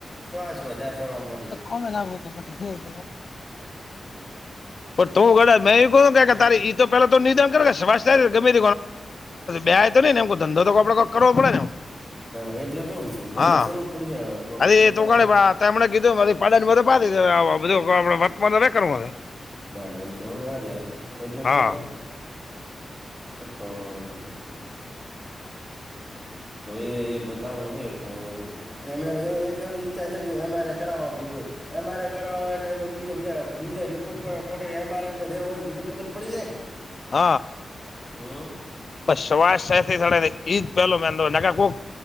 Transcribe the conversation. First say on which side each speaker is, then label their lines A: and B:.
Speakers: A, on the left; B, on the left.
A: શ્વાસવા તસો.
B: કોામમે <unintelligible> પણ તું વ મેં એ
A: હમ.
B: કે તારે એ તો પેલા તો નિધાન કર સ. ગમે બે તોનેમ ધંધો તો આપડવો પડે ને
A: હા એટલે કોણ તો
B: હા
A: તો કરવું પડશે કોક
B: અરે
A: બતાવ
B: એ તો ગણે
A: ઓ
B: બા તે હમણાં કીધું મારી પાડાની બધે પાડી દે આ બધું આપણે વર્તમાન તો કરવું છે
A: ના ના એ તો મને વાત વાત. એટલે
B: હા
A: તો. શું કરો મારે બટા હવે બતાવું હશે. તો એ ચ્છા છે અરે કર કોઈ. એમ આર કરવા બીા રિપોર્ટ ખોટ એમ આર હોય બધું ખબર પડી જાય ને
B: હ.
A: હમ.
B: સવા ઈ પહેલો મે કોહ